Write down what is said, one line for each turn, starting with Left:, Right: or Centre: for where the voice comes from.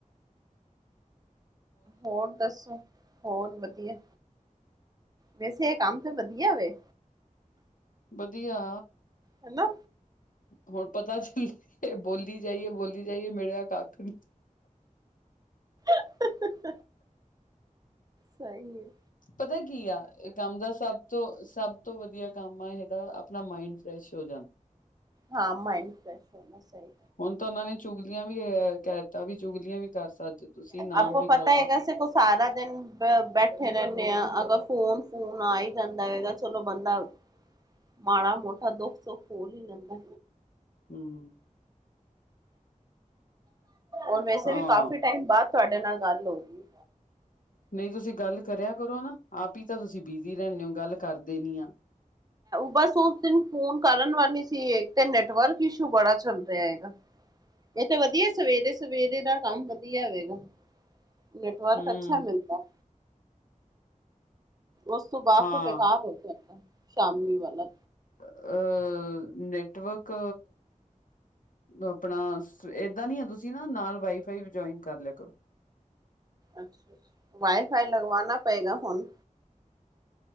Right: ਹੋਰ ਦੱਸੋ ਹੋਰ ਵਧੀਆ ਵੈਸੇ ਇਹ ਕੰਮ ਤੇਂ ਵਧੀਆ ਵੇ।
Left: ਵਧੀਆ
Right: ਹੈਨਾ
Left: ਹੁਣ ਪਤਾ ਚੱਲ ਇਹ ਬੋਲੀ ਬੋਲੀ ਜਾਇੇਏ ਬੋਲੀ ਜਾਇਏ ਮੇਰਾ ਕੱਖ ਨੀ
Right: <inaudible> ਸਹੀ ਹੈ,
Left: ਪਤਾ ਕੀ ਆ ਇਹ ਕੰਮ ਦਾ ਸਭ ਤੋਂ ਸਭ ਸਭ ਤੋਂ ਵਧੀਆ ਕੰਮ ਆ ਇਹਗਾ ਆਪਣਾ ਮਾਇੰਡ ਫਰੈਸ਼ ਹੋ
Right: ਹਾਂ ਮਾਈਂਡ ਫਰੈਸ਼ ਹੋਣਾ ਸਹੀ
Left: ਹੁਣ ਤਾਂ ਉਹਨਾਂ ਨੇ ਚੁਗ ਗਲੀਆਂ ਵੀ ਕਹਿ ਦਿੱਤਾ ਵੀ ਚੁਗਲੀਆਂ ਵੀ ਕਰ ਸਕਦੇ ਹੋ ਤੁਸੀਂ ਨਾਮ
Right: ਆਪਾਂ
Left: ਵੀ
Right: ਪਤਾ
Left: ਲੈ
Right: ਹੈਗਾ
Left: ਸਕਦੇ
Right: ਸੇ ਕੋ ਸਾਰਾ ਦਿਨ ਬੈਠੇ ਰਹਿੰਦੇ ਅਗਰ ਫੋਨ ਫੋਨ ਆ ਹੀ ਜਾਂਦਾ ਹੈਗਾ ਚਲੋ ਬੰਦਾ ਮਾੜਾ ਮੋਟਾ ਦੁੱਖ ਸੁੱਖ ਖੋਲ ਹੀ ਲੈਂਦਾ
Left: ਹੱਮ
Right: ਔਰ ਵੈਸੇ
Left: ਹਾਂ
Right: ਵੀ ਕਾਫੀ ਟਾਈਮ ਬਾਅਦ ਤੁਹਾਡੇ ਨਾਲ ਗੱਲ ਹੋ ਗੀ
Left: ਨਹੀਂ ਤੁਸੀਂ ਗੱਲ ਕਰਿਆ ਕਰੋ ਨਾ ਆਪ ਹੀ ਤਾਂ ਤੁਸੀਂ ਬਿਜੀ ਰਹਿੰਦੇ ਹੋ ਗੱਲ ਕਰਦੇ ਨੀ ਆ
Right: ਬਸ ਉਸ ਦਿਨ ਫੋਨ ਕਰਨ ਵਾਲੀ ਸੀ ਤੇ ਨੈਟਵਰਕ ਇਸ਼ੂ ਬੜਾ ਚੱਲ ਰਿਹਾ ਹੈਗਾ ਇਹ ਤੇ ਵਧੀਆ ਸਵੇਰੇ ਸਵੇਰੇ ਦਾ ਕੰਮ ਵਧੀਆ ਹੋਵੇਗਾ ਨੈਟਵਰਕ
Left: ਹੂੰ
Right: ਅੱਛਾ ਮਿਲਦਾ ਉਸ ਤੋਂ ਬਾਅਦ
Left: ਹਾਂ
Right: ਤਾਂ ਬੇਕਾਰ ਹੋ ਜਾਂਦਾ ਸ਼ਾਮੀ ਵਾਲਾ
Left: ਅਹ ਨੈਟਵਰਕ ਆਪਣਾ ਏਦਾਂ ਨ ਹੈ ਤੁਸੀਂ ਨਾ ਨਾਲ ਵਾਈਫਾਈ ਵੀ ਜੋਇਨ ਕਰ ਲਿਆ ਕਰੋ
Right: ਅੱਛਾ-ਅੱਛਾ ਵਾਈਫਾਈ ਲਗਵਾਣਾ ਪਏਗਾ ਹੁਣ